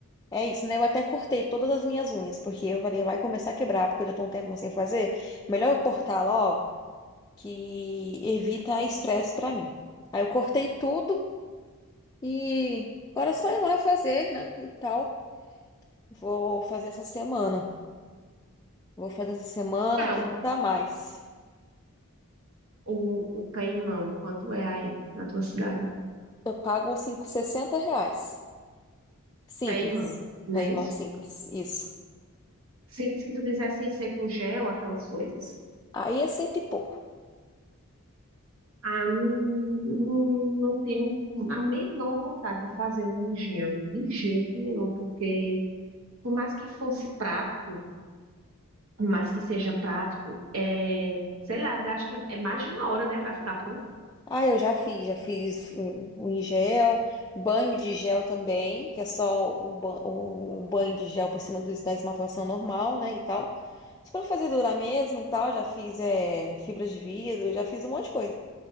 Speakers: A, on the left; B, on the right.
A: é isso, né? Eu até cortei todas as minhas unhas, porque eu falei, vai começar a quebrar, porque eu já tô um tempo sem fazer. Melhor eu cortar logo, que evita estresse pra mim. Aí eu cortei tudo e agora é só ir lá fazer, né? E tal. Vou fazer essa semana. Vou fazer essa semana
B: É,
A: que
B: o,
A: não dá mais.
B: o, o pé e mão, quanto é aí na tua cidade?
A: Eu pago os cinco- 60 reais. Simples.
B: Pé e mão, não
A: Paymão
B: é isso?
A: simples. Isso.
B: Simples que tu dissesse ser com gel, aquelas coisas.
A: Aí é cento e pouco.
B: Ah, não, não, não tenho a menor vontade de fazer um em gel, de jeito nenhum, porque por mais que fosse prático, por mais que seja prático, é, sei lá, acho que é, é mais de uma hora, né, pra ficar pronto.
A: Ah, eu já fiz, já fiz hum, o em gel, banho de gel também, que é só o, ba- o banho de gel por cima dos da esmaltação normal, né, e tal. Só pra fazer durar mesmo e tal, já fiz é, fibra de vidro, já fiz um monte de coisa.